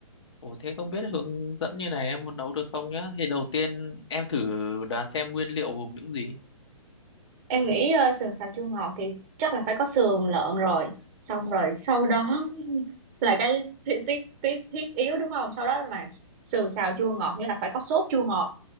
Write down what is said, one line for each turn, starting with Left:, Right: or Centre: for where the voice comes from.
Left: Ủa thế không biết hướng dẫn như này em muốn nấu được không nhá? Thì đầu tiên em thử đoán xem nguyên liệu gồm những gì.
Right: Em nghĩ ờ, sườn xào chua ngọt thì chắc là phải có sườn lợn rồi. Xong rồi sau đó <laughs> là cái thiết thiết thiết thiết yếu đúng không? Sau đó mà sườn xào chua ngọt nghĩa là phải có sốt chua ngọt.